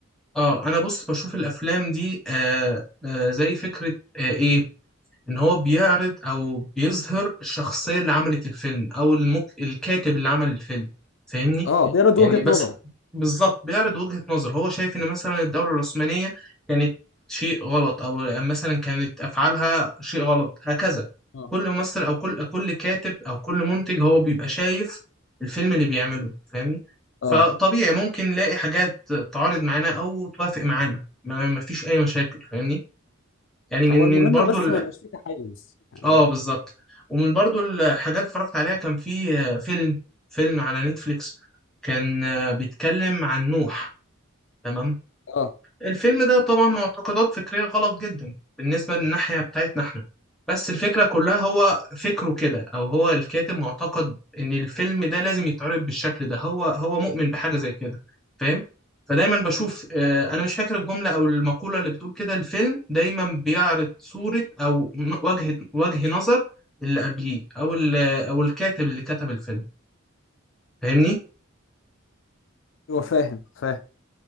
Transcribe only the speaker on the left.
اه بيرد
وجهة
نظره
اه
اه
هو المهم
بس ما يبقاش فيه تحيز يعني
اه
هو فاهم فاهم